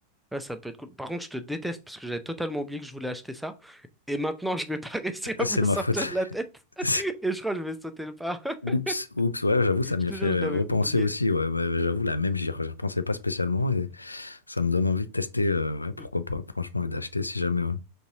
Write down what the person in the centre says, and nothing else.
ouais, ça peut être cool. Par contre, je te déteste parce que j'avais totalement oublié que je voulais acheter ça. Et maintenant, je vais pas <laughs> réussir à
me le
sortir
de la tête.
<laughs> Et je crois que je vais sauter le pas. <laughs>
Je
te
jure, je l'avais
oublié.
<laughs>